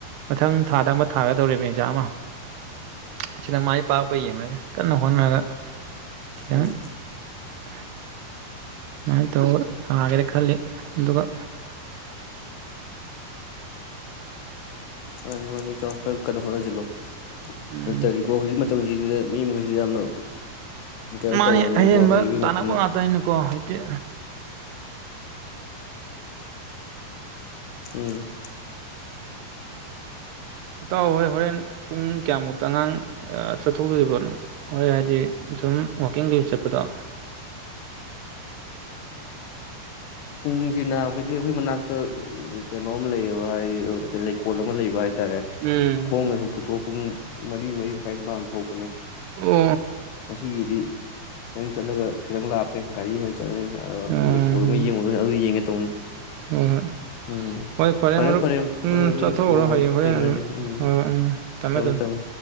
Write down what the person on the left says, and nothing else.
ꯎꯝ
ꯃꯥꯅꯤ ꯃꯥꯅꯤ ꯇ ꯀꯩꯅꯣ ꯐ ꯆꯂꯣ
ꯑ ꯇꯔꯤꯒꯣ ꯍꯧ ꯁꯤꯁꯤꯗ ꯃꯤ ꯃꯈꯩꯁꯤ ꯌꯥꯝꯅ ꯀꯩꯅꯣ
ꯇꯧꯔꯕꯅꯤꯀꯣ
ꯍꯩꯕꯩ
ꯉꯥꯛꯇꯅ
ꯎꯝ
ꯄꯨꯡꯁꯤ ꯅꯥ ꯍꯥꯏꯗꯤ ꯑꯩꯈꯣꯏ ꯃꯅꯥꯛꯇ ꯎ ꯀꯩꯅꯣꯝ ꯂꯩꯌꯦꯕ ꯍꯥꯏꯗꯤ ꯂꯩꯀꯣꯜ ꯑꯃ ꯂꯩꯕ ꯍꯥꯏꯇꯥꯔꯦ
ꯈꯣꯡꯅ ꯁꯨꯝ ꯊꯣꯛꯄꯨꯡ ꯃꯔꯤ ꯃꯔꯤ ꯃꯈꯥꯏ ꯄꯥꯟ ꯊꯣꯛꯄꯅꯦ
ꯉꯁꯤꯒꯤꯗꯤ ꯅꯪ ꯆꯠꯂꯒ ꯈꯤꯇꯪ ꯂꯥꯞꯄꯦ ꯒꯥꯔꯤꯗ ꯑꯣꯏꯅ ꯆꯠꯂꯅꯤꯅ
ꯂꯩꯀꯣꯜ
ꯑꯃ ꯌꯦꯡꯉꯨꯗꯅꯤ ꯑꯗꯨ ꯌꯦꯡꯒꯦ ꯇꯧꯅꯤ
ꯎꯝ
ꯐꯔꯦ
ꯐꯔꯦ
ꯃꯔꯨꯞ ꯑꯗꯨꯗꯤ
ꯅꯣꯡꯃ
ꯊꯦꯡꯅꯔꯁꯤ
ꯎꯝꯝ
ꯊꯝꯃꯣ
ꯊꯝꯃꯣ